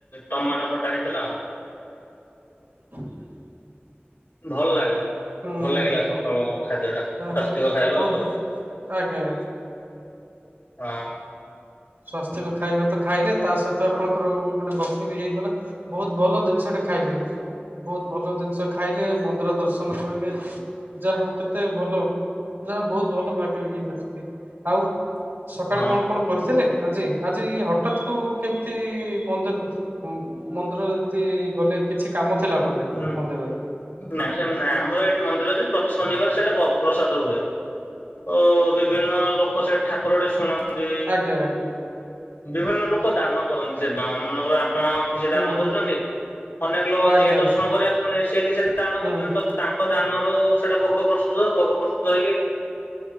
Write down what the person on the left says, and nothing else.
ଟମାଟୋ ଖଟା ହେଇଥିଲା ଆଉ।
ଭଲ ଲାଗେ ଭଲ
ଲାଗିଲା ସକାଳୁ ଖାଦ୍ୟ ଟା ସ୍ୱାସ୍ତିିକ
ଖାଇବା
ଆଉ।
ହଁ।
ହଁ ହଁ।
ହୁଁ
ନାଇଁ ସେମିତ ନାଇଁ ଆମର ଏଇଠି ମନ୍ଦିରଯେ ପ୍ରତି ଶନିବାର ସେଟା ପ ପ୍ରସାଦ ହୁଏ। ଓ ବିଭିନ୍ନ ଲୋକ ସେ ଠାକୁର ଟେ ଶୁଣ ନ୍ତି।
ବିଭିନ୍ନ ଲୋକ ଦାନ କରନ୍ତି ସେ ଦିନ। ନଉ ଆପଣ କିଛି
ଦାନ କରୁଚନ୍ତି। ଅନେକ ଲୋକ
ଯିଏ ଦର୍ଶନ କରି ଆସୁଚନ୍ତି ସିଏ କିଛି ଦାନ
କରୁଚନ୍ତି। ତ ତାଙ୍କ ଦାନ ରୁ ସେଟା ଭୋଗ ପ୍ରସ୍ତୁତ ଭୋଗ ପ୍ରସ୍ତୁତ ହେଇକି।